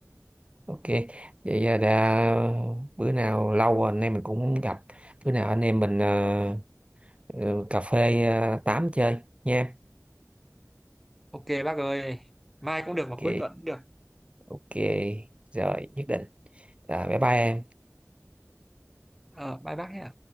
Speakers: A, on the right (about 20°); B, in the centre.
A: ok vậy à, đã bữa nào lâu rồi anh em mình cũng không gặp bữa nào anh em mình ờ, Ừ, cà phê à, 8 chơi nha.
B: ok bác ơi mai cũng
A: Ok,
B: được mà cuối tuần cũng được
A: ok, rồi nhất định. Rồi, bye bye em.
B: ờ bye bác nhé